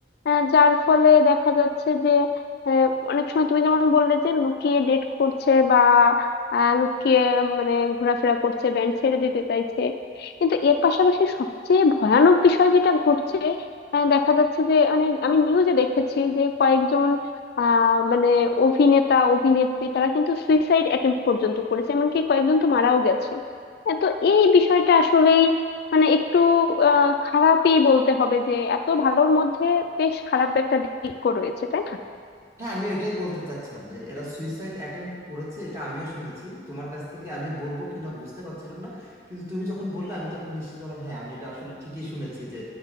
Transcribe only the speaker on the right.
হ্যাঁ আমি এটাই বলতে চাচ্ছিলাম যে এরা সুইসাইড অ্যাটেম্প্ট করেছে এটা আমিও শুনেছি তোমার কাছ থেকে আমি বলবো কিনা বুঝতে পারছিলাম না কিন্তু তুমি যখন বললে আমি তখন নিশ্চিত হলাম হ্যাঁ আমি এটা আসলে ঠিকই শুনেছি যে